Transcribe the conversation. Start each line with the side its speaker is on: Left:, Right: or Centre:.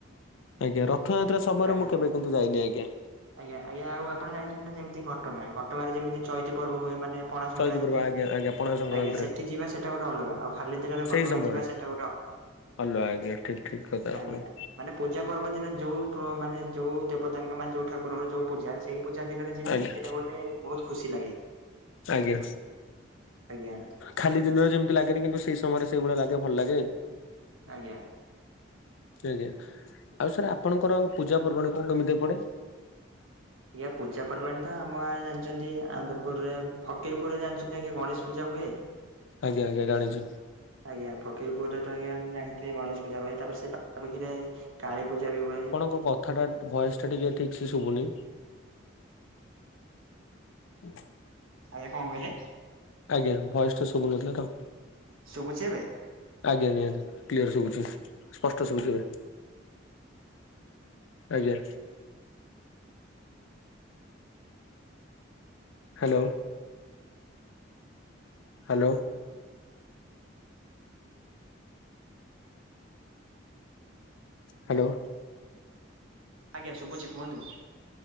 Left: ଆଜ୍ଞା ରଥଯାତ୍ରା ସମୟରେ
Right: ଆଜ୍ଞା।
Left: ମୁଁ କେବେ କିନ୍ତୁ ଯାଇନି ଆଜ୍ଞା।
Right: ଆଜ୍ଞା ଆଜ୍ଞ ଆଉ ଆପଣ ଜାଣିଚନ୍ତି ନା ଯେମିତି ଘଟଗାଁ ଘଟଗାଁରେ ଯେମିତି ଚଇତି ପର୍ବ ହୁଏ ମା ପଣା ସଂକ୍ରାନ୍ତି
Left: ଚୈତି ପୂର୍ବ
Right: କି
Left: ଆଜ୍ଞା ଆଜ୍ଞା ପଣା ସଂକ୍ରାନ୍ତିରେ
Right: ଆଜ୍ଞା ସେଠି ଯିବା ସେଟା ଗୋଟେ ଅଲଗା ଆଉ ଖାଲି ତିରିରରେ
Left: ସେଇ
Right: ଘଟଗାଁ
Left: ସମୟରେ
Right: ଯିବା ସେଟା ଗୋଟେ ଅଲଗା।
Left: ଭଲ ଆଇଡିଆ ଠିକ୍ ଠିକ୍ କଥାପଣ।
Right: ଆଜ୍ଞା ମାନେ ପୂଜା ପର୍ବ ଦିନେ ଯୋଉଠୁ ମାନେ ଯୋଉ ଦେବତାଙ୍କ ମାନେ ଯୋଉଠୁ ଠାକୁରର ଯୋଉ ପୂଜା ସେଇ ପୂଜା ଦିନରେ ଯିବେ
Left: ଆଜ୍ଞା
Right: ସେଇଟା ଗୋଟେ ବହୁତ ଖୁସି ଲାଗେ।
Left: ଆଜ୍ଞା।
Right: ଆଜ୍ଞା
Left: ଖାଲି ଦିନରେ ଯେମିତି ଲାଗେନି କିନ୍ତୁ ସେଇ ସମୟରେ ସେଇଭଳିଆ ଲାଗେ ଭଲ ଲାଗେ।
Right: ଆଜ୍ଞା।
Left: ଆଜ୍ଞା ଆଉ ସାର୍ ଆପଣଙ୍କର ପୂଜା ପର୍ବାଣ କଣ କେମିତି ପଡେ।
Right: ଆଜ୍ଞା ପୂଜା ପର୍ବାଣିୀ ତ ଆମ ଗାଁରେ ଜାଣିଚନ୍ତି ଆନନ୍ଦପୁରରେ ଫକୀରପୁରରେ ଜାଣିଛନ୍ତି ଆଜ୍ଞା ଗଣେଶ ପୂଜା ହୁଏ।
Left: ଆଜ୍ଞା ଆଜ୍ଞା ଜାଣିଛୁ।
Right: ଆଜ୍ଞା ଫକୀରପୁରରେ ତ ଆଜ୍ଞା ଜାଣିଥିବେ ଗଣେଶ ପୂଜା ହୁଏ ତାପରେ ସେ ପାଖାପାଖିରେ କାଳୀପୂଜା ବି ହୁଏ।
Left: ମୋ କଥାଟା ବୟସ ଟା ଟିକେ ଠିକ୍ ସେ ଶୁଭୁନି। ହୁଁ।
Right: ଆଜ୍ଞା କଣ କହିଲେ।
Left: ଆଜ୍ଞା ଭଏସ ଟା ସବୁ ନଥିଲା ତ।
Right: ଶୁଭୁଛି ଏବେ।
Left: ଆଜ୍ଞା ନିହାତି କ୍ଲିଅର ଶୁବୁଛି ସ୍ପଷ୍ଟ ସବୁଛି ଏବେ। ଆଜ୍ଞା। ହ୍ୟାଲୋ। ହ୍ୟାଲୋ। ହ୍ୟାଲୋ।
Right: ଆଜ୍ଞା ଶୁଭୁଛି କୁହନ୍ତୁ।